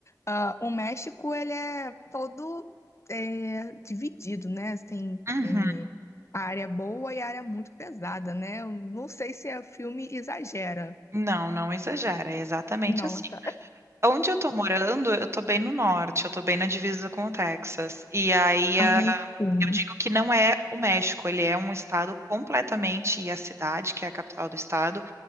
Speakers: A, on the left; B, on the right.
A: ah, o México ele é todo é, dividido, né? Tem
B: uhum.
A: é, área boa e área muito pesada, né? Eu não sei se o filme exagera.
B: Não, não exagera, é exatamente
A: Nossa.
B: assim. Onde eu tô morando, eu tô bem no norte, eu tô bem na divisa com o Texas. E aí,
A: Ah,
B: ah,
A: sim,
B: eu digo que não é o México, ele é um estado completamente, e a cidade, que é a capital do estado,